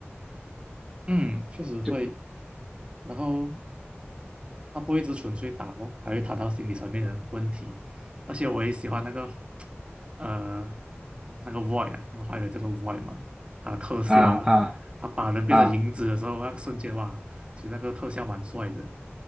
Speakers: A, on the right; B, in the centre.
A: 嗯，确实会。
B: 就是
A: 然后他不会只纯粹打咯，还会谈到心理层面的问题。而且我也喜欢那个呃那个 void 啊，那个坏人叫做 void 嘛，他的特效啊，
B: 啊啊
A: 他把人变成影子的时候，
B: 啊
A: 那个瞬间哇，其实那个特效蛮帅的。